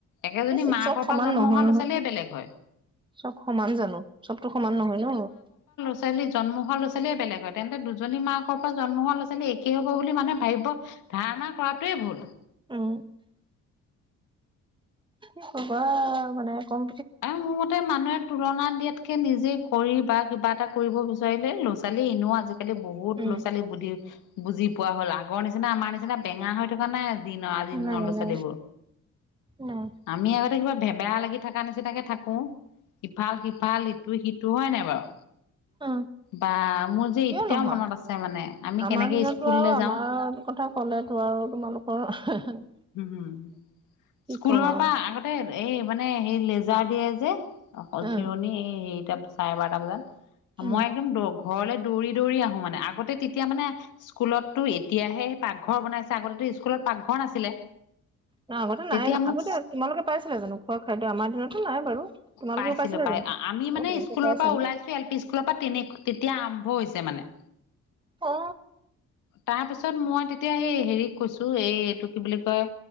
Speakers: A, on the left; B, on the right.
A: একেজনী
B: সেইটোৱে
A: মাকৰ
B: চব সমান
A: পৰা জন্ম
B: নহয়
A: হোৱা
B: নহয়
A: ল'ৰা ছোৱালীয়ে বেলেগ হয়।
B: চব সমান জানো চবতো সমান নহয় ন।
A: আজি কালি জন্ম হোৱা‌ লছালী বেলেগৰ হয় তেন্তে দুজনী মাকৰ পৰা জন্ম হোৱা ল'ৰা ছোৱালী একেই হ'ব বুলি মানে ভাবিব ধাৰণা কৰাটোৱে ভুল।
B: উম। কি কবা মানে কম
A: আৰু মোৰ মতে মানুহে তুলনা দিয়াতকে নিজে কৰি বা কিবা এটা কৰিব বিচাৰিলে ল'ৰা ছোৱালী এনেও আজিকালি আজিকালি বহুত
B: উম
A: ল'ৰা ছোৱালী বুজি পোৱা হ'ল আগৰ নিচিনা আমাৰ নিচিনা বেঙা হৈ থকা নাই। নৰ আজিৰ দিনৰ
B: নাই
A: ল'ৰা লছালীবোৰ
B: নাই নাই
A: আমি আগতে কিবা ভেবেয়া লাগি থাকে। নিচিনাকে থাকো ইফাল সিফাল ইটো সিটো হয় নাই বাৰু।
B: অ
A: বা মোৰ যে
B: কিয়
A: এতিয়াও
B: নহয়
A: মনত আছে মানে আমি
B: আমাৰ
A: কেনেকে
B: দিনতো
A: স্কুললৈ
B: আৰু আমাৰ
A: যাওঁ।
B: কথা ক'লে তো আৰু তোমালোকৰ
A: উম হম
B: কি
A: স্কুলৰ
B: ক'ম আৰু
A: পৰা আহা তাতে এই মানে হে লেজাৰ দিয়ে যে অকল
B: উম
A: চিৰণি এই হেটা চাৰে বাৰটা বজাত
B: উম
A: মই একদম দৌ ঘৰলে দৌৰি দৌৰি আহো মানে আগতে তেতিয়া মানে স্কুলতো এতিয়াহে পাকঘৰ বনাইছে আগতে স্কুলত পাকঘৰ নাছিলে।
B: নহ আগতে
A: তেতিয়া
B: নাই নাই
A: মোক
B: আগতে তোমালোকে পাইছিলা জানো খোৱা খাদ্য আমাৰ দিনতো নাই বাৰু। তোমালোকে
A: পাইছিলো
B: পাইছিলা
A: পাই
B: জানো
A: আমি
B: অ
A: মানে
B: তোমালোকে
A: স্কুলৰ
B: পাইছা
A: পৰা
B: নে!
A: ওলাইছো এল পি স্কুলৰ পৰা তেনে তেতিয়া আৰম্ভ হৈছে মানে।
B: অ
A: তাৰপিছত মই তেতিয়া এই হেৰি কৈছো এই এইটো কি বুলি কয়